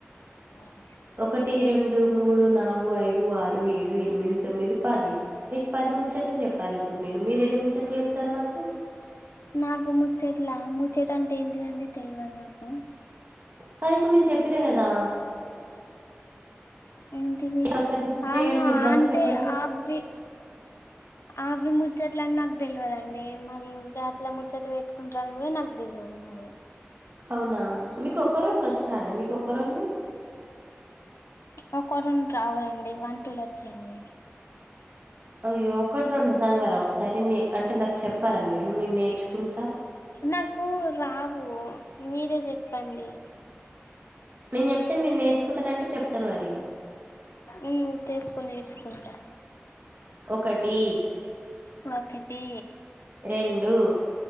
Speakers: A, on the left (about 85°); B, on the right (about 45°).
A: అ
B: ఒకటి, రెండు, మూడు, నాలుగు, ఐదు, ఆరు, ఏడు, ఎనిమిది, తొమ్మిది, పది. నీకు పది ముచ్చట్లు చెప్పాను ఇప్పుడు నేను మీరు ఎన్ని ముచ్చట్లు చెప్తారు నాకు
A: నాకు ముచ్చట్లా ముచ్చట అంటే ఏంటిదండి తెలియదు నాకు
B: కాదు ఇప్పుడు నేను చెప్పిన కదా
A: ఏంటిది
B: మీరు ఒకసారి రిపీట్
A: ఆహా
B: చేయండి మీరు మళ్ళీ
A: అంటే
B: చెప్పండి
A: అబి అవి ముచ్చట్ల అని నాకు తెలియదండి మరి అట్లా ముచ్చట పెట్టుకుంటారని కూడా నాకు తెలియదు మరి
B: అవునా మీకు ఒక్క రోల్లు వచ్చా అండి మీక ఒక్క రోల్లు
A: ఒకటి రెండు రావులండి వన్ టూలో వచ్చండి
B: అయ్యో ఒకటి రెండు చదవర ఒకసారి అంటే నాకు చెప్పారా మీరు నేను నేర్చుకుంటా
A: నాకు రావు మీరే చెప్పండి
B: నేను చెప్తే మీరు నేర్చుకుంటారంటే చెప్తా మరి
A: ఊ చెప్పు నేర్చుకుంటా
B: ఒకటి
A: ఒకటి
B: రెండు